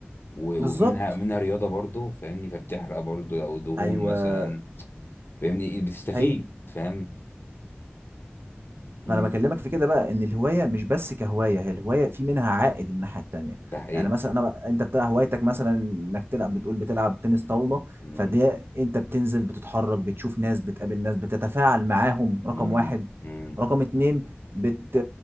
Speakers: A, on the left (about 55°); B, on the right (about 60°).
A: و...
B: بالظبط
A: ومنها منها رياضه برضو فاهمني فبتحرق برضو لو دهون
B: ايوه
A: مثلا فاهمني إيه، بتستفيد
B: هي
A: فاهم امم
B: ما انا بكلمك في كده بقى ان الهوايه مش بس كهوايه هي الهوايه في منها عائد من الناحيه التانيه
A: ده حقيقه
B: يعني مثلا انا بقى- انت بتاع هوايتك مثلا انك تلعب بتقول بتلعب تنس طاوله
A: امم
B: فدي انت بتنزل بتتحرك بتشوف ناس بتقابل ناس بتتفاعل معاهم رقم
A: امم
B: واحد
A: امم
B: رقم اتنين بت